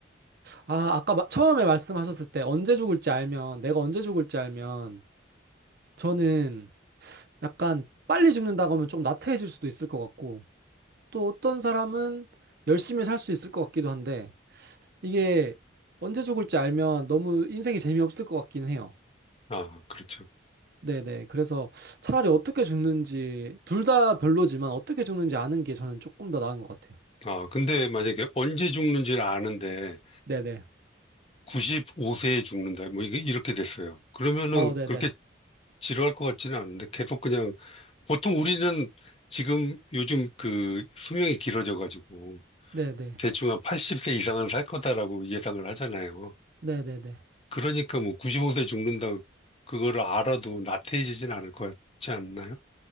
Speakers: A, on the right (about 50°); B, on the left (about 30°).
A: 아, 아까 마- 처음에 말씀하셨을 때 언제 죽을지 알면 내가 언제 죽을지 알면 저는 약간 빨리 죽는다고 하면 좀 나태해질 수도 있을 것 같고, 또 어떤 사람은 열심히 살 수 있을 것 같기도 한데, 이게 언제 죽을지 알면 너무 인생이 재미없을 것 같긴 해요.
B: 아, 그렇죠.
A: 네네. 그래서 차라리 어떻게 죽는지, 둘 다 별로지만 어떻게 죽는지 아는 게 저는 조금 더 나은 것 같아요.
B: 아, 근데 만약에 언제 죽는지를 아는데
A: 네네.
B: 95세에 죽는다. 뭐 이게 이렇게 됐어요. 그러면은
A: 어, 네네.
B: 그렇게 지루할 것 같지는 않은데 계속 그냥 보통 우리는 지금 요즘 그 수명이 길어져 가지고
A: 네네.
B: 대충 한 80세 이상은 살 거다라고 예상을 하잖아요.
A: 네네네.
B: 그러니까 뭐 95세 죽는다 그거를 알아도 나태해지진 않을 것 같지 않나요?